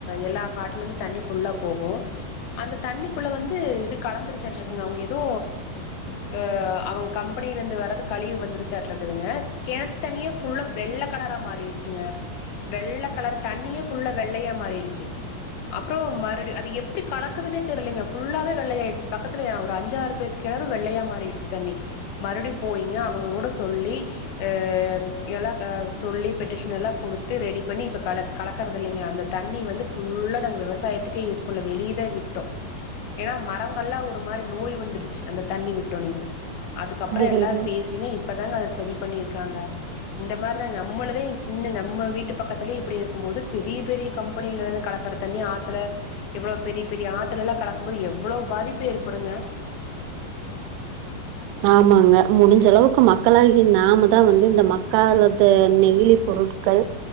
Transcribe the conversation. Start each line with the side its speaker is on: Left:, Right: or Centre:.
Left: எல்லா காட்ல இருந்து தண்ணி ஃபுல்லா போகு அந்த தண்ணி குல வந்து இது கலந்திருச்சாட்டருக்குங்க அவுங்க ஏதோ ஆ அவங்க கம்பெனியில இருந்து வரது கழிவு வந்துருச்சாட்ட இருக்குதுங்க கெணத்து தண்ணிய ஃபுல்லா வெள்ள கலரா மாறிடுச்சுங்க வெள்ள கலர் தண்ணிய ஃபுல்லா வெள்ளையா மாறிடுச்சு அப்புறோ மறு அது எப்டி கலக்குதுனே தெரிலங்க ஃபுல்லாவே வெள்ளையாயிடுச்சு பக்கத்துல ஏ ஒரு அஞ்சாறு பேத்துக்கு கெணறு வெள்ளையா மாறிடுச்சு தண்ணி மறுபடி போயீங்க அவுங்க கூட சொல்லி அ எல்லா க சொல்லி பெட்டிஷன் எல்லா கொடுத்து ரெடி பண்ணி இப்ப கலக் கலக்கறது இல்லைங்க அந்த தண்ணி வந்து ஃபுல்லா நாங்க விவசாயத்துக்கே யூஸ் பண்ணல வெளியதே விட்டோ ஏனா மரங்கல்லொ ஒரு மாரி நோய் வந்து வந்துருச்சு அந்த தண்ணி விட்டோனோமே அதுக்கப்புறோ
Right: அது
Left: எல்லாரு
Right: அது
Left: பேசிங்க இப்பதாங்க அத சரி பண்ணி இருக்காங்க இந்த மாரி தா நம்மளுதையு சின்ன நம்ம வீட்டு பக்கத்துல இப்டி இருக்குபோது பெரிய பெரிய கம்பெனியில கலக்குற தண்ணி ஆத்துல எவ்ளோ பெரிய பெரிய ஆத்துலலா கலக்கு போது எவ்வளவு பாதிப்பு ஏற்படுங்க
Right: ஆமாங்க முடிஞ்சளவுக்கு மக்களாகிய நாம தா வந்து இந்த மக்காலது நெகிழி பொருட்கள்